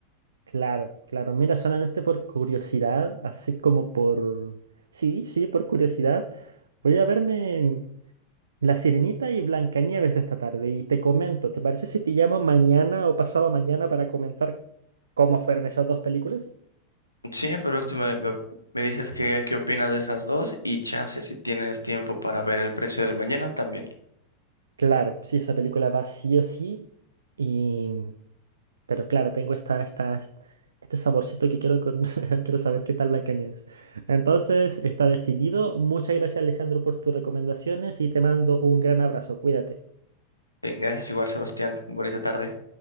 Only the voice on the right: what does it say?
Claro, claro. Mira, solamente por curiosidad, así como por... Sí, sí, por curiosidad. Voy a verme La Sirenita y Blancanieves esta tarde y te comento. ¿Te parece si te llamo mañana o pasado mañana para comentar cómo fueron esas dos películas?
Claro, sí, esa película va sí o sí. Y, pero claro, tengo esta, esta, este saborcito que quiero, con, <laughs> quiero saber qué tal Blancanieves. Entonces, está decidido. Muchas gracias, Alejandro, por tus recomendaciones y te mando un gran abrazo. Cuídate.